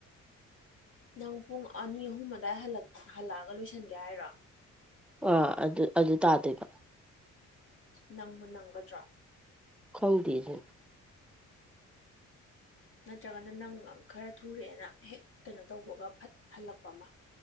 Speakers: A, on the left; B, in the centre.
A: ꯅꯪ ꯄꯨꯡ ꯑꯅꯤ ꯑꯍꯨꯝ ꯑꯗꯥꯏ ꯍꯜꯂꯛ ꯍꯜꯂꯛꯑꯒ ꯂꯣꯏꯁꯟꯒꯦ ꯍꯥꯏꯔꯣ
B: ꯑꯥ ꯑꯗꯨ ꯑꯗꯨ ꯇꯥꯗꯣꯏꯕ
A: ꯅꯪꯕꯨ ꯅꯪꯒꯗ꯭ꯔꯣ
B: ꯈꯪꯗꯦ ꯗꯨ
A: ꯅꯠꯇ꯭ꯔꯒꯅ ꯅꯪ ꯈꯔ ꯊꯨꯔꯦꯅ ꯍꯦꯛ ꯀꯩꯅꯣ ꯇꯧꯕꯒ ꯐꯠ ꯍꯜꯂꯛꯄ ꯑꯃ